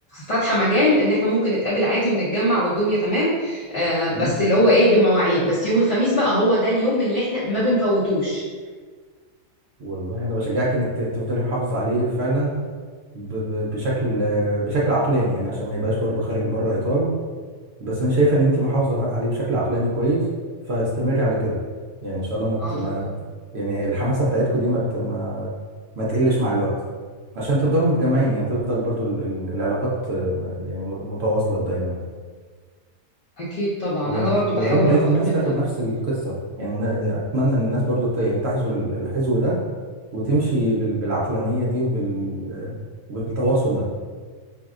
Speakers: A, on the left; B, on the right.
A: فاتحه مجال ان احنا ممكن نتقابل عادي ونتجمع والدنيا تمام آه بس
B: مم.
A: اللي هو ايه بمواعيد بس يوم الخميس بقى هو ده اليوم اللي احنا ما بنفوتوش
B: والله انا بشجعك انك ت- تفضلي محافظه عليه فعلا ب ب بشكل آه، بشكل عقلاني يعني عشان ما يبقاش برضو خارج بره اطاره بس انا شايف ان انت محافظه عليه بشكل عقلاني كويس فاستمري على كده يعني ان شاء الله ما ت-
A: اه طبعا
B: ما يعني الحماسه بتاعتكم دي ما ت- ما ما تقلش مع الوقت عشان تفضلوا متجمعين يعني تفضل برضو ال- ال- العلاقات آه، يعني متواصله دايما
A: اكيد طبعا
B: و...
A: انا برضو بحاول
B: ويا رب بقية
A: على
B: الناس
A: طول ان
B: تاخد نفس القصة يعني أنا أتمنى إن الناس برضو ت- يعني تحذو ال- الحذو ده وتمشي بال... بالعقلانية دي وبال... وبالتواصل ده